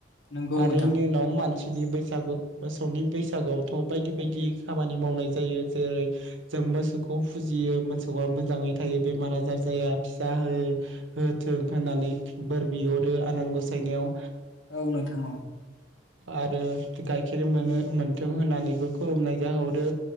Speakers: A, on the left; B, on the right.
A: नंगौ
B: आरो
A: नोंथां
B: इनि उनाव मानसि बैसागु मोसौनि बैसागुआवथ' बायदि बायदि खामानि मावनाय जायो जेरै जों मोसौखौ फुजियो मोसौआ मोजाङै थायो बेमार आजार जाया फिसा हो होथों होननानै बोर बियो आरो आनान गसायनायाव
A: औ नोंथां औ।
B: आरो गाइखेर मोनो मोनथों होननानैबो खुलुमनाय जाहरो